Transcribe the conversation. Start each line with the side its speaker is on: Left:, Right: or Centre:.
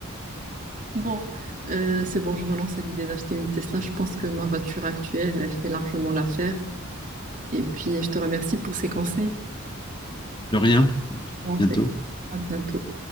Right: Bon, euh, c'est bon, je renonce à l'idée d'acheter une Tesla. Je pense que ma voiture actuelle elle fait largement l'affaire. Et puis, je te remercie pour ces conseils.
Left: De rien. Bientôt.
Right: Bon, c'est- à bientôt.